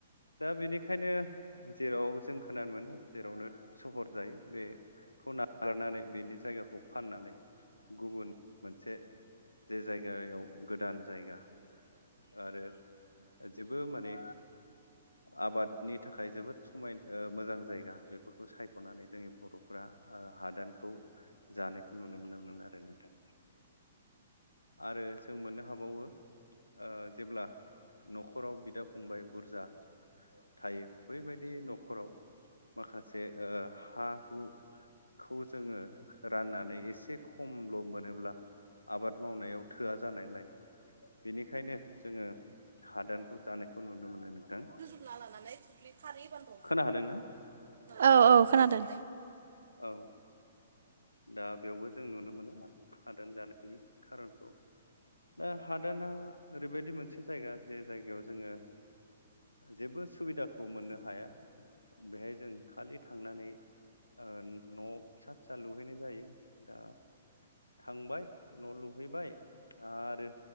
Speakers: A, on the left; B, on the right.
A: दा बेनिखायनो जेराव जों खोनानो मोनो जेरावनो सहर जायो बेखौ नागारनानै बेनि जायगाखौ फाननानै गुबुन मोनसे जे जायगायाव गोदान जायगा आरो जेबो माने आबादनि थाखाय जोबोद समाय मोजां जायगा बेफोरखौ सायख'नानै जोंनि बर'फ्रा ओ हादानखौ जानायखौ नुनो मोनोमोन आरो नोंथां। आरो जों मोननो हाबावो ओ जेब्ला न'खराव बिदा फंबाय बुरजा थायो बैबायदि न'खराव माखासे ओ हा बु खौ जोंङो राननानै एसे खमल' मोनोब्ला आबाद मावनायाव थोआ जानायलाय बेनिखायनो जोंङो हादानखौ जानायखौ नुनो मोनो नोंथां।
B: लानानै दुब्लि खारैयो होबानो
A: खोनादों ना?
B: औ-औ खोनादों
A: औ दा बेवबो जों नुनो मोनो हादान जानायनि खारनखौ। दा हादाना ओरैबायदि मोनसे जायगा जे जायगायाव जोंङो जेबो सुबिदाखौ मोननो हाया बेहाय जों खालि थांनानै ओ न' फिसा फिसा लुहैनाय जायो दा थांबाय न' लुहैबाय आरो